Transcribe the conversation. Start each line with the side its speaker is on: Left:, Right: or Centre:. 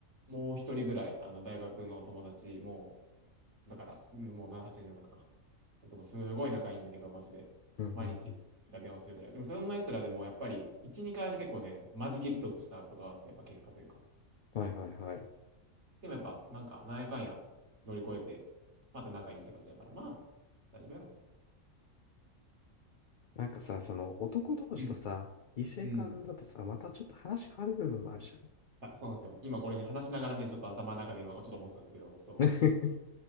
Right: もう一人ぐらい、あの、大学の友達もう、だから、もう7、8年の中か。いつもすごい仲いいんだけど、マジで。
Left: うんうんうん。
Right: 毎日電話するぐらい。でもそんな奴らでもやっぱり、1、2回ね、結構ね、マジ激突したことはあって、やっぱ喧嘩というか。
Left: はいはいはい。
Right: でもやっぱ、なんか、なんやかんや乗り越えて、また仲いいって感じだから、まあ、大丈夫やろ。
Left: なんかさ、その男同士とさ、
Right: うん
Left: 異性間だとさ、
Right: うん。
Left: またちょっと話変わる部分もあるじゃん。
Right: あ、そうなんですよ。今これね、話しながらね、ちょっと頭の中で今、ちょっと思ってたんだけど、そう。
Left: <laughs>